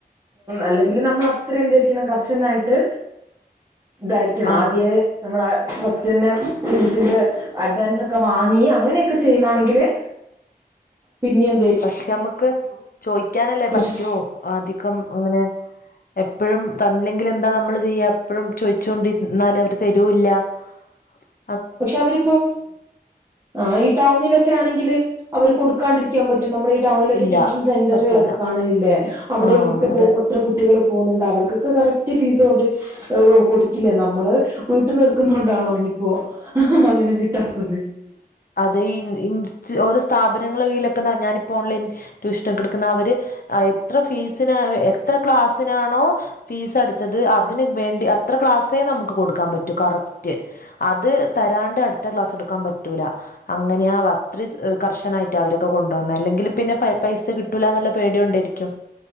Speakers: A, on the right; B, on the left.
A: അല്ലെങ്കിൽ നമ്മൾ അത്ര എന്തായിരിക്കണം കർശനായിട്ട് ഇതായിരിക്കണം
B: ആ
A: ആദ്യേ നമ്മളെ ഫസ്റ്റ്ന്നെ ഫീസിൻ്റെ അഡ്വാൻസ് ഒക്കെ വാങ്ങി അങ്ങനെ ഒക്കെ ചെയ്യുന്നാണെങ്കില് പിന്നി എ
B: പക്ഷെ നമുക്ക് ചോയിക്കാനല്ലേ
A: കുറച്ച്
B: പറ്റു അധികം അങ്ങനെ എപ്പഴും തന്ന്ല്ലെങ്കിൽ എന്താ നമ്മള് ചെയ്യ എപ്പഴും ചോയിച്ചുണ്ടിരുന്നാല് അവര് തരുംല്ല <unintelligible>
A: പക്ഷെ അവരിപ്പോ ആഹ് ഈ ടൗണിലൊക്കെ ആണെങ്കിൽ അവര് കൊടുക്കാണ്ടിരി ക്കാൻ പറ്റും നമ്മളെ ഈ ടൗണിലൊക്കെ
B: ഇല്ല
A: ട്യൂഷൻ സെന്ററ്കളൊക്കെ
B: പറ്റില്ല
A: കാണലില്ലേ അവിടെം
B: ആഹ്
A: വിട്ട്
B: അതെ
A: പോവും എത്ര കുട്ട കുട്ടികള് പോകുന്നുണ്ട് അവർക്കൊക്കെ കറക്റ്റ് ഫീസും അവര് കൊടുക്കില്ലേ നമ്മള് വീട്ട്ന്ന് എടുക്കുന്നോണ്ടാണോ ഇനിയിപ്പോ അങ്ങനെ കിട്ടാത്തത്
B: അതെ ഇൻ ഇൻസ് ഓരോ സ്ഥാപനങ്ങളെ കീഴിലൊക്കെതാ ഞാനിപ്പോ ഓൺലൈൻ ട്യൂഷനൊക്കെ ഇട്ക്ക്ന്ന അവര് കെട്ക്കുന്ന അവര് എത്ര ഫീസ്നാ എത്ര ക്ലാസിനാണോ ഫീസ് അടച്ചത് അതിന് വേണ്ടി അത്ര ക്ലാസ്സേ നമുക്ക് കൊടുക്കാൻ പറ്റൂ കറ റ്റ് അത് തരാണ്ട് അടുത്ത ക്ലാസ് എടുക്കാൻ പറ്റൂല അങ്ങനെയ വ സ് കർശനായിട്ടാ അവരൊക്കെ കൊണ്ടോന്നെ അല്ലെങ്കിൽ പിന്നെ പൈ പൈസ കിട്ടൂല്ലാന്ന്ള്ള പേടികൊണ്ടേയിരിക്കും